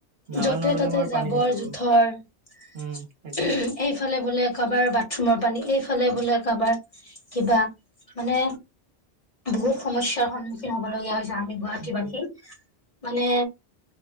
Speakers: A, on the right (about 65°); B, on the left (about 35°).
A: নালা
B: য'তে
A: নৰ্দমাৰ
B: ত'তে জাবৰ
A: পানী হৈ যাব
B: জোথৰ
A: উম সেইটোয়ে
B: এইফালে বোলে কাৰবাৰ বাথৰুমৰ পানী এইফালে ইফালে বোলে কাৰোবাৰ কিবা মানে বহুত সমস্যাৰ সন্মুখীন হ'ব লগগীয়া হৈছে আমি গুৱাহাটীবাসী।
A: সেইটোয়ে
B: মানে